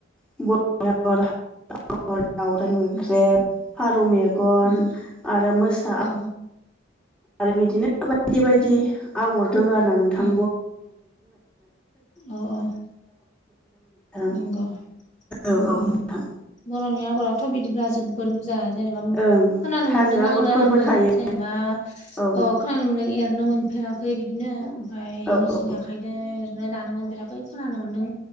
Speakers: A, in the centre; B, on the left.
A: <unintelligible> दाउराइ मोख्रेब
B: उम
A: फारौ मेगन
B: उम
A: आरो मोसा
B: अ
A: आरो बिदिनो बायदि बायदि आगर दोंङो आरोना नोंथां
B: उम अ अ
A: <unintelligible>
B: नंगौ
A: औ
B: उम
A: औ
B: उम
A: नोंथां
B: बर'नि आगरथ' बिदिब्ला जोब जोबोर बुरजा जेनेबा
A: ओं
B: खोनानो
A: हाजो
B: मोनदों
A: आगरफोरबो
B: आं आरो आंबो
A: थायो
B: जेनेबा
A: औ
B: अ खोनानो मोन्दों एरनो मोनफेराखै बिदिनो ओमफाय
A: औ औ
B: जिया आखायदो ओरैनो दानोमोन बिराखै खोनानो मोन्दों